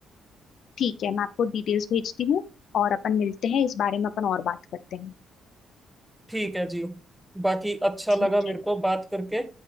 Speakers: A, on the left; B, in the centre.
A: ठीक है मैं आपको डिटेल्स भेजती हूँ और अपन मिलते हैं इस बारे में अपन और बात करते हैं
B: ठीक है जी बाकी अच्छा
A: ठीक
B: लगा मेरे
A: है
B: को बात करके